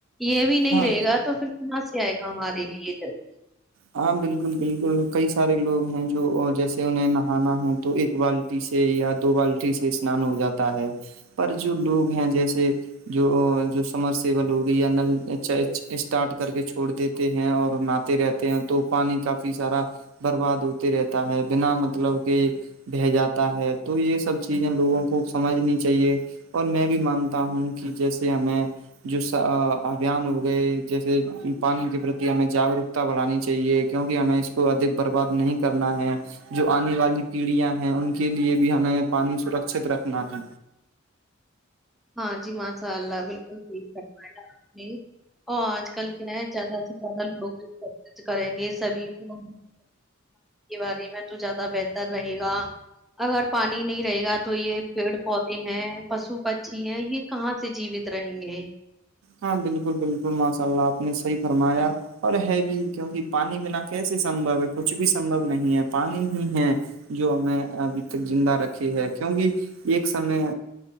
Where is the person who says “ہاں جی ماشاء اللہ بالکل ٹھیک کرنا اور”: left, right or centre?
Centre